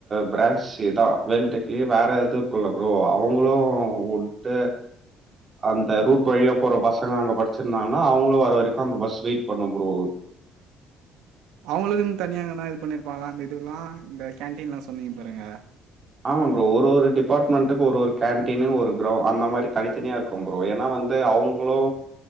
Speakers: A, on the right; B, on the right.
A: பிரான்சி தா வேல்டெக் தே வேற எதுக்குள்ள ப்ரோ அவுங்களு வுட்டு அந்த ரூட் வழியா போற பசங்க அங்க படிச்சிருந்தாங்கன்னா அவுங்களு வர வரைக்கு அந்த பஸ் வெயிட் பண்ணு ப்ரோ
B: அவுங்களுக்குன் தனியா எங்கனா இது பண்ணிருப்பாங்களா அந்த இதுவுல்லா இந்த கேன்டீன்ல்ல சொன்னீங்க பாருங்க
A: ஆமாம் ப்ரோ ஒரு ஒரு டிபார்ட்மெண்ட்டுக்கு ஒரு ஒரு கேன்டீனு ஒரு கிரவ் அந்த மாரி தனித் தனியா இருக் கு ப்ரோ ஏன்னா வந்து அவுங்ளு